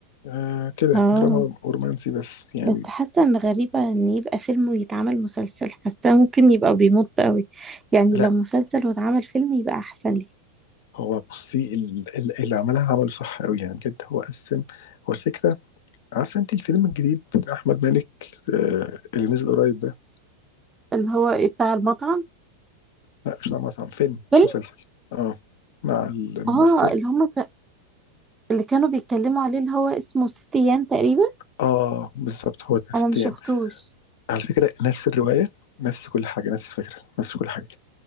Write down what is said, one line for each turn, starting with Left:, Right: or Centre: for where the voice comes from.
Left: آه كده
Right: اه
Left: دراما ورومانسي بس يعني
Right: بس حاسة ان غريبة ان يبقى فيلم ويتعمل مسلسل حاسة ممكن يبقى بيمط قوي يعني
Left: لا
Right: لو مسلسل واتعمل فيلم يبقى احسن لي
Left: هو بصي ال- ال- اللي عملها عمله صح قوي يعني بجد هو قسم هو الفكره عارفه انت الفيلم الجديد بتاع احمد مالك آه، اللي نزل قريب ده
Right: اللي هو ايه بتاع المطعم
Left: لا مش عمل مطعم فيلم
Right: فيلم
Left: مش مسلسل اه مع الممثله
Right: اه اللي هم ك... اللي كانوا بيتكلموا عليه اللي هو اسمه ست ايام تقريبا
Left: اه بالظبط هو ده ست
Right: انا ما شفتوش
Left: ايام على فكره نفس الروايه نفس كل حاجه نفس الفكره نفس كل حاجه